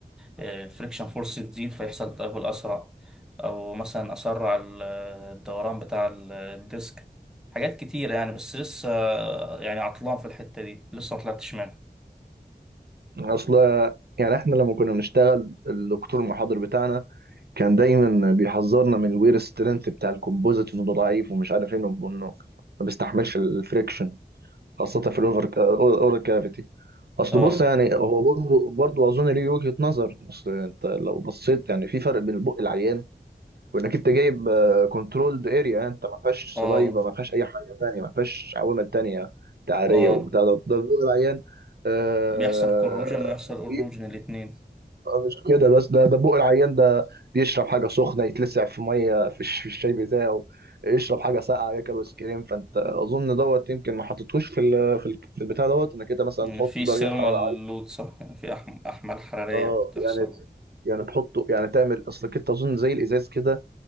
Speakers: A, in the centre; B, on the right.
A: الفريكشن فورس يزيد فيحصل تدهور أسرع أو مثلا أسرع ال- آه، الدوران بتاع ال- آه، الديسك حاجات كتيرة يعني بس لسه آه، يعني عطلان في الحتة دي لسه ما طلعتش منها
B: اصل يعني احنا لما كنا بنشتغل الدكتور المحاضر بتاعنا كان دايما بيحذرنا من الوير سترينث بتاع الكومبوزيت انه ده ضعيف ومش عارف ايه انه إنه ما بيستحملش الفريكشن خاصة في الاوفر اورال كافيتي اصل
A: اه
B: بص يعني هو برضه برضه اظن ليه وجهة نظر اصل انت لو بصيت يعني في فرق بين البق العيان وانك انت جايب كنترولد اريا انت ما فيهاش
A: اه
B: سلايفا ما فيهاش اي حاجه تانية ما فيهاش عوامل تانية تعاريه
A: اه
B: وبتاع ده ده البق العيان آه
A: بيحصل كروجن ويحصل اروجن الاتنين
B: مش كده بس ده ده بق العيان ده بيشرب حاجه سخنه يتلسع في ميه في الش- في الشاي بتاعه يشرب حاجه ساقعه ياكل ايس كريم فانت اظن دوت يمكن ما حطيتهوش في ال- في ال- في البتاع دوت انك انت مثلا
A: يعني
B: تحط
A: في
B: درجه
A: سيرمال
B: حراره
A: لود صح يعني في أحم- أحمال حرارية
B: اه
A: بتحصل
B: يعني يعني تحطه يعني تعمل اصلك انت اظن زي الازاز كده